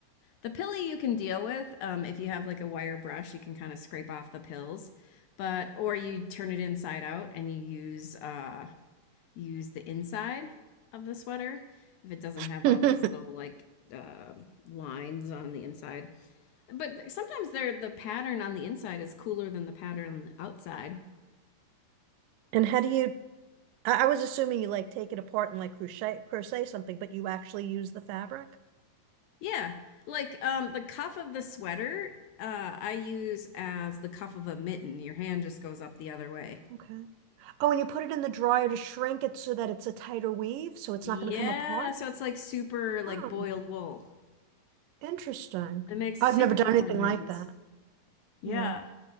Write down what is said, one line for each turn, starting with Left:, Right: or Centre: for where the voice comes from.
Left: The pilly you can deal with. Um, if you have like a wire brush, you can kind of scrape off the pills, but or you turn it inside out and you use uh use the inside of the sweater if it doesn't
Right: <laughs>
Left: have
Right: And
Left: all those little like uh, lines on the inside. But th- sometimes they're the pattern on the inside is cooler than the pattern on the outside.
Right: how do you, I, I was assuming you like take it apart and like crochet crochet something, but you actually use the fabric?
Left: Yeah, like um, the cuff of the sweater uh, I use as the cuff of a mitten. Your hand just goes up the other way.
Right: Okay. Oh, and you put it in the dryer to shrink it so that it's a tighter weave, so it's
Left: Yeah,
Right: not going to come apart?
Left: so it's like super like
Right: Oh,
Left: boiled wool.
Right: interesting.
Left: It makes super
Right: I've never done
Left: warm
Right: anything
Left: mittens.
Right: like that.
Left: Yeah.
Right: Yeah.